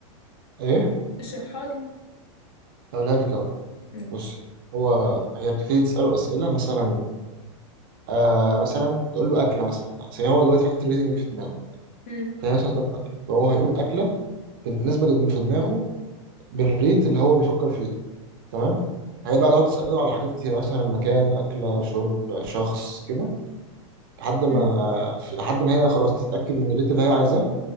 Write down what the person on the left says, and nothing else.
اشرحلي
ماشي
هم
هم